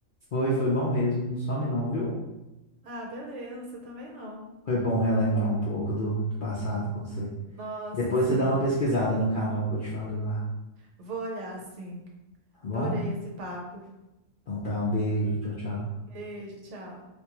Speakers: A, on the left (about 55°); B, on the right (about 60°).
A: Foi, foi bom mesmo, não some não, viu?
B: Ah, beleza, você também não.
A: Foi bom relembrar um pouco do, do passado com você.
B: Nossa,
A: Depois
B: sim.
A: você dá uma pesquisada no canal que eu te falei lá.
B: Vou olhar, sim.
A: Tá bom?
B: Adorei esse papo.
A: Então tá, um beijo. Tchau, tchau.
B: Beijo, tchau.